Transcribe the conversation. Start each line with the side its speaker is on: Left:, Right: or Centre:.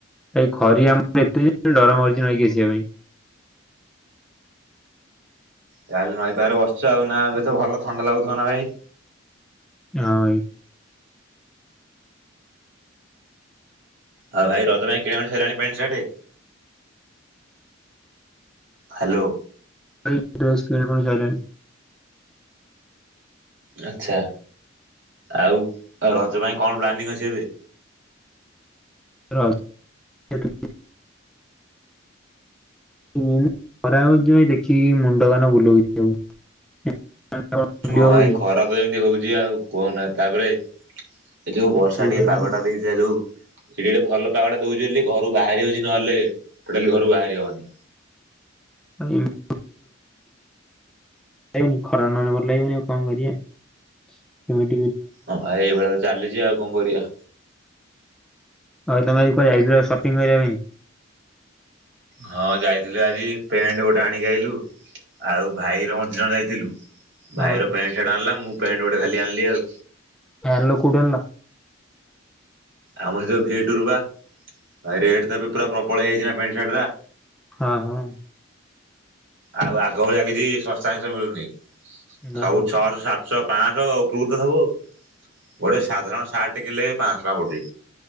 Centre: ଭାଇ ଖରି ଆମର ଏତ ଡର ମାରୁଛି ନକି ଆସିବା ପାଇଁ।
Right: ତାହେଲେ ନଈ ପାଖରେ ବସିଛ ଆଉ ନା ଏବେ ତ ଭଲ ଥଣ୍ଡା ଲାଗୁଥିବ ନା ଭାଇ।
Centre: ହଁ ଭାଇ।
Right: ହଁ ଭାଇ ରଜ ଭାଇ କିଣାଣିଲାଣି ପଣ୍ଟ ସାଟେ ହ୍ୟାଲୋ।
Centre: <unintelligible>
Right: ଆଚ୍ଛା ଆଉ ରଜ ପାଇଁ କଣ ପ୍ଲାନିଂ ଅଛି ଏବେ?
Centre: <unintelligible> ଉଁ ଖରା ହଉଛି ଭାଇ ଦେଖିକି ମୁଣ୍ଡ <unintelligible> ବୁଲଉଚି ସବୁ। ବୁଲି
Right: ହଁ
Centre: ହବ
Right: ଭାଇ
Centre: କି?
Right: ଖରା ତ ଏମିତି ହଉ <unintelligible> ଆଉ କୁହନା ତାପରେ ଏ ଯୋଉ ବର୍ଷା
Centre: ସେଇ
Right: ଟିକେ
Centre: ପାଇଁ
Right: ପାଗଟା ଦେଇଥିଲା ଯୋଉ ଏଠି ଗୋଟେ ଭଲ ପାଗଟା ଦଉଚି ବୋଲି ଘରୁ ବାହାରି ହଉଚି ନହେଲେ ଟୋଟାଲି ଘରୁ ବାହାରି ହବନି।
Centre: <unintelligible> <unintelligible> ଖରା ନହେଲେ ଭଲ ଲାଗିବନି ଆଉ କଣ କରିଆ <unintelligible>
Right: ହ ଭାଇ ଏଇଭଳିଆ ତ ଚାଲିଚି ଆଉ କଣ କରିଆ।
Centre: ହଉ ତମେ ଆଜି କୁଆଡେ ଯାଇଥିଲ ସପିଙ୍ଗ କରିଆ ପାଇଁ?
Right: ହଁ ଯାଇଥିଲୁ ଆଜି ପେଣ୍ଟ ଗୋଟେ ଆଣିକି ଆଇଲୁ ଆଉ ଭାଇର ମୋର ଦି ଜଣ ଯାଇଥିଲୁ ଭାଇର
Centre: ହଁ
Right: ପ୍ୟାଣ୍ଟ ସାର୍ଟ ଆଣିଲା ମୁଁ ପ୍ୟାଣ୍ଟ ଗୋଟେ ଖାଲି ଆଣଲି ଆଉ।
Centre: ଫାଇନାଲ କୋଉଠୁ ଆଣିଲ?
Right: ଆମର ସେ ଯୋଉ ଭିଟୁ ରୁ ବା ରେଟ ତ ଏବେ ପୁରା ପ୍ରବଳ ହେଇଯାଇଚି ନା ପେଣ୍ଟ ସାର୍ଟଗୁରା।
Centre: ହଁ ହଁ।
Right: ଆଉ ଆଗ ଭଳିଆ କିଛି ଶସ୍ତା ଜନିଷ ମିଳୁନି।
Centre: ନା
Right: ସବୁ ଛଅଶ ସାତଶ ପାଁଶ ଉପୁରୁକୁ ତ ସବୁ ଆଉ। ଗୋଟେ ସାଧାରଣ ସାର୍ଟଟେ କିଣିଲେ ପାଁଶ ଟଙ୍କା ପଡୁଚି।